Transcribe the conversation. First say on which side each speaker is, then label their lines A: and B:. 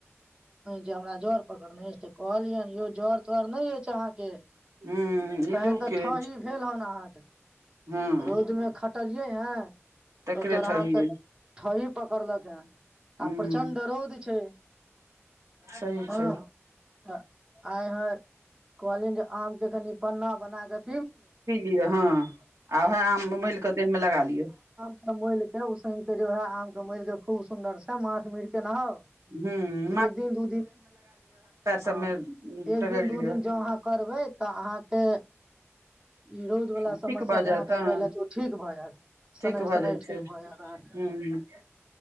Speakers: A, on the right; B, on the right.
A: जे हमरा जर पकड़ने कहलियै यौ जर तर नहि। अहां के
B: हूँ इल्लूके
A: तहन त ठहीं
B: अछि
A: भेल होन अहां के। <unintelligible>
B: हँ
A: रौदमे ख। कटलियै है। <unintelligible>
B: तकरे
A: ओकर
B: ठहियै
A: अहाँके <unintelligible> ठहीं। पकड़लक हें। आ
B: हूँ
A: प्रचण्ड रौद छै।
B: सही
A: हां,
B: छै
A: त आइ हर कहलियनि जे आम के कनि पन्ना बना क'
B: पी लिौ हँ आ उएह आम मलििकऽ देहमे लगा लियौ।
A: मोलिक। <unintelligible> े वह आम के मर के खूब सुदर। मास मीर के नहााव।
B: हुं उं।
A: एक दिन दु दिन, हां,
B: सबमे
A: एक
B: रगड़ि
A: दिन दु
B: लिअ
A: दिन जं अहां करबै त अहांके इ रौद वला
B: ठीक
A: समस्या
B: भऽ
A: जे अहांके
B: जायत हँ
A: भेल अछि ओ ठीक भए जायत,
B: ठीक
A: सनैह
B: भऽ
A: सनैह
B: जाइ
A: ठीक
B: छै
A: भए जायत। अहांके
B: हूँ